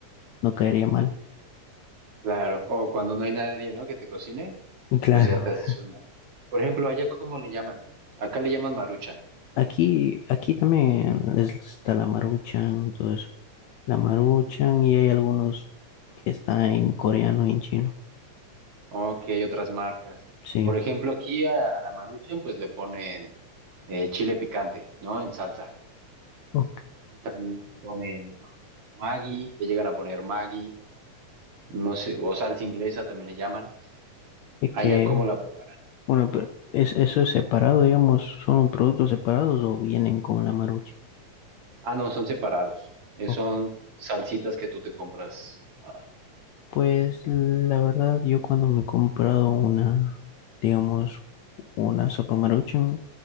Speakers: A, on the left; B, on the right.
A: no caería mal.
B: Claro, o cuando no hay nadie, ¿no? Que te cocine,
A: <laughs> Y Claro.
B: pues ya te haces una. Por ejemplo, allá cómo le llaman? Acá le llaman Maruchan.
A: Aquí, aquí también es- está la maruchan, entonces la maruchan y hay algunos que están en coreano y en chino.
B: Ok, otras marcas.
A: Sí.
B: Por ejemplo, aquí a, a la Maruchan pues le ponen eh, chile picante, ¿no? En salsa.
A: Ok.
B: También le ponen ma- Maggi, le llegan a poner Maggi, no sé, o salsa inglesa también le llaman.
A: Es
B: Allá
A: que
B: cómo la preparan.
A: Bueno, pero ¿es, eso es separado, digamos, son productos separados o vienen con la marucha?
B: Ah, no, son separados. eh,
A: O-
B: son salsitas que tú te compras. Ah,
A: Pues la verdad, yo cuando me he comprado una, digamos, una sopa maruchan,